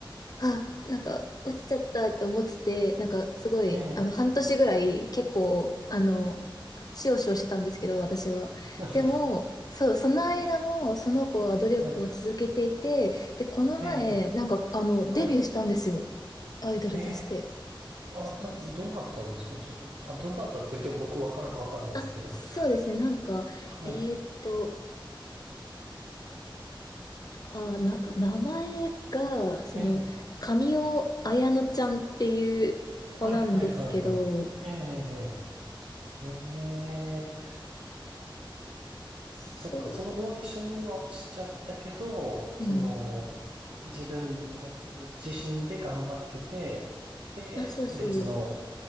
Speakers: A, on the left; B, on the right.
A: あ、なんか、落ちちゃったって思ってて、なんか、すごい、
B: ええ。
A: あの、半年ぐらい、結構、あの、しおしおしてたんですけど、私は。
B: <laughs>
A: でも、そう、その間も、その子は努力を続けていて、
B: はい。
A: で、この前、
B: ええ、
A: なんか、あの、
B: はい。
A: デビューしたんですよ。アイドルとして。
B: ええ、あ、
A: そうっす。
B: ど、どなたですかちなみに。あ、どなたって言っても僕わかるかわかんないですけど。
A: あ、そうですね、なんか、
B: はい。
A: えーっと、あ、なんか名前が、その、
B: ええ、
A: 神尾綾乃ちゃんっていう子なんですけど、
B: はいはいはいはい。ええ、ええ、ええ
A: そ
B: そっか、そのオーディションには落ちちゃったけど、
A: う、
B: その、
A: うん。
B: 自分だ、自身で頑張ってて、で、
A: あ、そうそう。
B: 別の、